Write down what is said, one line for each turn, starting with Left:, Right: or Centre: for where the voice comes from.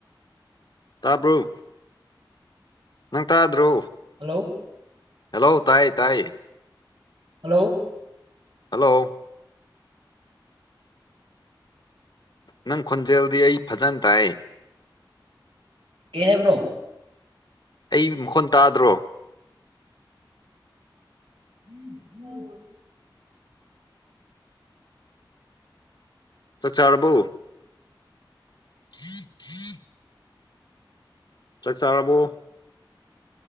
Left: ꯇꯕꯔꯣ ꯅꯪ ꯇꯥꯗ꯭ꯔꯣ
Right: ꯊ <inaudible>
Left: ꯍꯜꯂꯣ ꯇꯥꯏ ꯇꯥꯏ
Right: ꯍꯜꯂꯣ
Left: ꯍꯜꯂꯣ ꯅꯪ ꯈꯣꯟꯖꯦꯜꯗꯤ ꯑꯩ ꯐꯖꯅ ꯇꯥꯏ
Right: ꯀꯩꯍꯥꯏꯕꯅꯣ
Left: ꯑꯩ ꯃꯈꯣꯟ ꯇꯥꯗ꯭ꯔꯣ
Right: <unintelligible>
Left: ꯆ ꯆꯥꯔꯕꯎ <inaudible> ꯆꯥꯛ ꯆꯥꯔꯕꯣ